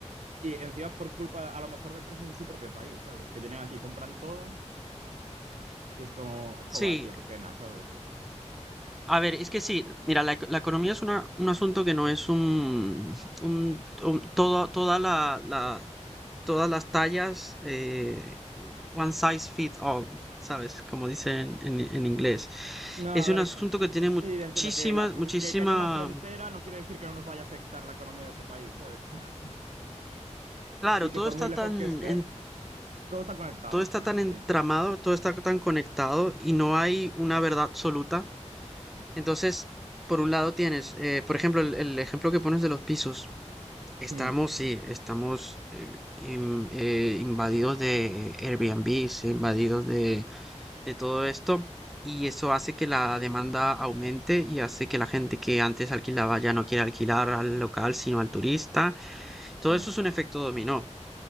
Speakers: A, on the right (about 70°); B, in the centre.
A: y encima por culpa a lo mejor de empresas de su propio país, ¿sabes? Que vienen aquí, compran todo y es como, joba,
B: Sí,
A: tío, qué pena, ¿sabes?
B: a ver, es que sí, mira, la, la economía es una, un asunto que no es un, un, un- todo, toda la, la- todas las tallas, eh, one size fits all, ¿sabes? Como dicen en, en inglés.
A: No, a
B: Es un
A: ver,
B: asunto que tiene
A: sí,
B: muchísimas,
A: entiendo que, la, fr-
B: muchísima,
A: que, que haya una frontera no quiere decir que no nos vaya a afectar la economía de ese país, ¿sabes? <laughs> O sea,
B: claro,
A: y que
B: todo
A: por
B: está
A: muy lejos
B: tan,
A: que esté,
B: en-
A: todo está conectado
B: todo
A: al
B: está
A: final,
B: tan entramado,
A: sí.
B: todo está tan conectado y no hay una verdad absoluta. Entonces, por un lado tienes, eh, por ejemplo, el, el ejemplo que pones de los pisos. Estamos,
A: Mm,
B: sí, estamos eh, in- eh, invadidos de Airbnb, invadidos de, de todo esto. Y eso hace que la demanda aumente y hace que la gente que antes alquilaba ya no quiera alquilar al local, sino al turista. Todo
A: sí.
B: eso es un efecto dominó.